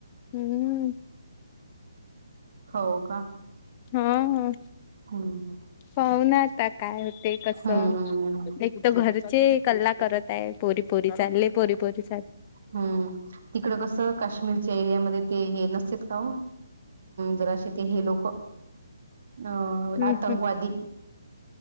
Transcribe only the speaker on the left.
हम्म
हा ह
पाऊ ना आता काय होते कस
एक तर घर जे कल्ला करत आहे पोरी पोरी चालले पोरी पोरी चाल
हम्म हम्म